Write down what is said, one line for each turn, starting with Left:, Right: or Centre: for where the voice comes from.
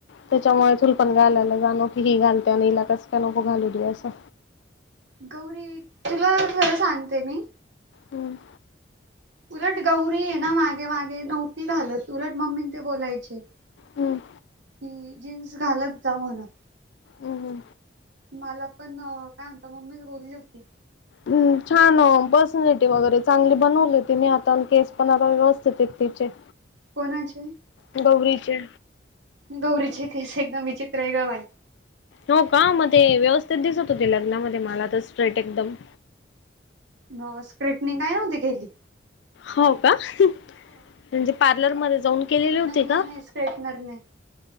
Left: त्याच्यामुळे थुलपण घालायला जा न की ही घालते. <inaudible> आणिईला कस काय नको घालू दे असं.
Right: गौरी तुला खरं सांगते मी.
Left: हम्म.
Right: उलट गौरी आहे ना, मागे मागे नव्हती घालत उलट मम्मी ते बोलायचे.
Left: हम्म.
Right: की जीन्स घालत जा म्हणत.
Left: हम्म
Right: मला पण <inaudible> काय <inaudible> म्हणत मम्मीच बोलली होती.
Left: ह् छान पर्सनॅलिटी वगैरे चांगली बनवली ति मी आता केस पणा व्यवस्थित आहेत तिचे. <inaudible> ह.
Right: कोणाचे?
Left: गौरीचे
Right: गौरीचे केस एकदम विचित्र आहे ग बाई.
Left: हो का, मग ते व्यवस्थित दिसत होते. लग्नामध्ये मला तर स्ट्रेट एकदम.
Right: मग <inaudible> स्क्र्रीटनिंग काय नव्हती केेली.
Left: हो का म्हणजे. पार्लरमध्येध्ये जाऊन केलेले होते
Right: नाही नाही
Left: का.
Right: नाही स्ट्रेटनर नाही